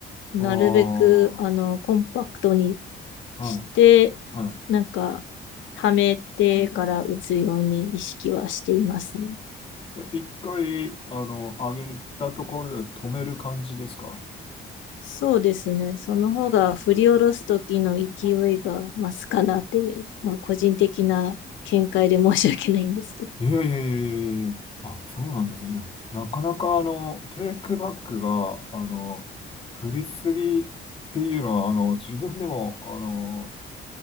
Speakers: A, on the left; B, on the left.
A: なるべく、
B: ああ、
A: あの、コンパクトに
B: は
A: して、
B: い、は
A: なんか、溜めてから打つように意識はしていますね。
B: い。え、一回、あの、上げたところで止める感じですか
A: そうですね。その方が振り下ろす時の勢いが増すかなっていう、まあ、個人的な見解で申し訳ないんですけど。
B: いやいやいやいやいやいや。あ、そうなんですね。いや、なかなか、あの、テイクバックが、あの、振りすぎっていうのは、あの、自分でも、あの、